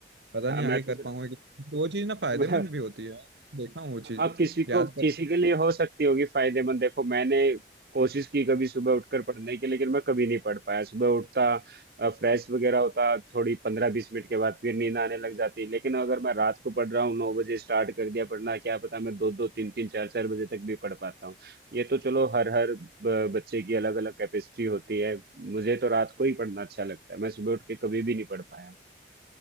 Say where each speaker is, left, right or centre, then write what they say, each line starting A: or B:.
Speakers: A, on the right; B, on the right.
A: पता
B: हाँ
A: नहीं
B: मैं
A: आगे
B: तो
A: कर
B: सिर्फ
A: पाऊंगा कि वो चीज़ ना फायदेमंद
B: <laughs>
A: भी होती है देखा हूँ वो चीज़
B: हाँ किसी को
A: याद कर
B: किसी के लिए हो सकती होगी फायदेमंद देखो मैंने कोशिश की कभी सुबह उठकर पढ़ने की लेकिन मैं कभी नहीं पढ़ पाया सुबह उठता फ्रेश वगैरह होता थोड़ी पंद्रह बीस मिनट के बाद फिर नींद आने लग जाती लेकिन अगर मैं रात को पढ़ रहा हूँ नौ बजे स्टार्ट कर दिया पढ़ना क्या पता मैं दो दो तीन तीन चार चार बजे तक भी पढ़ पाता हूँ ये तो चलो हर हर ब- बच्चे की अलग अलग कैपेसिटी होती है मुझे तो रात को ही पढ़ना अच्छा लगता है मैं सुबह उठ के कभी भी नहीं पढ़ पाया